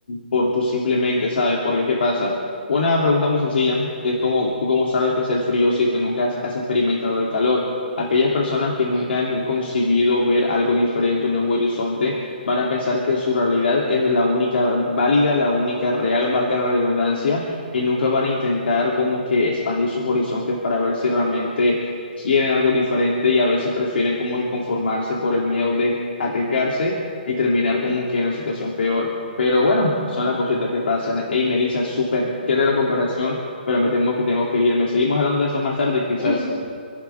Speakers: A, on the left; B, on the left.
A: por tu simplemente, ¿sabes? Porque ¿qué pasa? Una pregunta muy sencilla, es como, ¿tú cómo sabes qué es el frío si tú nunca has has experimentado el calor? Aquellas personas que
B: Ujú,
A: nunca han concebido ver algo diferente, un nuevo horizonte, van a pensar que su realidad es la única válida, la única real, valga la redundancia, y nunca van a intentar como que expandir sus horizontes para ver si realmente quieren algo diferente y a veces prefieren como que conformarse por el miedo de arriesgarse y terminar como
B: Sí,
A: que en una situación peor. Pero bueno, son
B: sí.
A: las cositas que pasan. Hey, Melissa, súper chévere la comparación, pero me temo que tenemos que irme. Seguimos hablando de esto más tarde, quizás.
B: <laughs>